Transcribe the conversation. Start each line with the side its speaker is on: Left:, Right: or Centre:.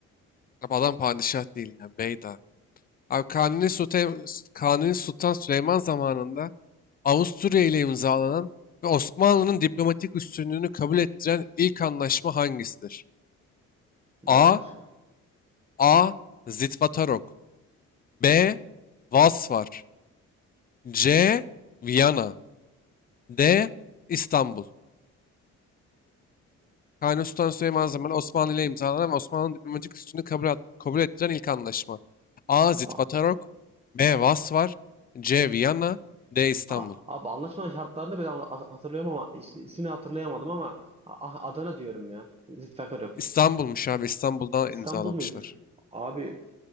Left: adam padişah değil yani bey daha. Abi Kanuni Sultan, Kanuni Sultan Süleyman zamanında Avusturya ile imzalanan ve Osmanlı'nın diplomatik üstünlüğünü kabul ettiren ilk anlaşma hangisidir?
Right: Ver
Left: A.
Right: abi şunu.
Left: A. Zitvatarok B. Vasvar C. Viyana D. İstanbul Kanuni Sultan Süleyman zamanı Osmanlı ile imzalanan ve Osmanlı'nın diplomatik üstünlüğünü kabul, kabul ettiren ilk anlaşma. A. Zitvatarok
Right: Ee,
Left: B. Vasvar C. Viyana D. İstanbul.
Right: A- Abi anlaşmanın şartlarını ben ha- hatırlıyorum ama ismi, ismini hatırlayamadım ama A- ah, Adana diyorum ya. Zülfikar yok.
Left: İstanbul'muş abi. İstanbul'da
Right: İstanbul
Left: imzalamışlar.
Right: muymuş? Abi